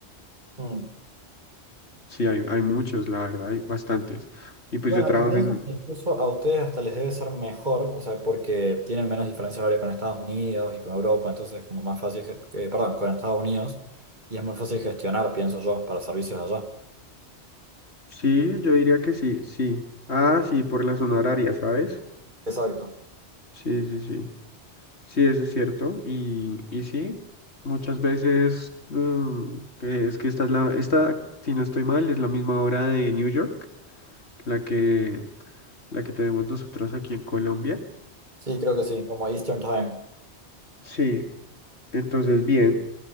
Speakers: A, on the right; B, on the left.
A: Mm.
B: Sí, hay, hay muchos, la verdad, hay bastantes. Y pues
A: Bueno,
B: yo trabajo
A: y pienso
B: en,
A: que incluso a ustedes hasta les debe ser mejor, o sea, porque tienen menos diferencia horaria con Estados Unidos y con Europa, entonces es como más fácil, ge- eh, perdón, con Estados Unidos, y es más fácil gestionar, pienso yo, para servicios allá.
B: Sí, yo diría que sí, sí. Ah, sí, por la zona horaria, ¿sabes?
A: Exacto.
B: Sí, sí, sí. Sí, eso es cierto. Y, y sí, muchas veces mm, que es que esta es la, esta, si no estoy mal, es la misma hora de New York, la que, la que tenemos nosotros aquí en Colombia.
A: Sí, creo que sí, como Eastern Time.
B: Sí, entonces bien,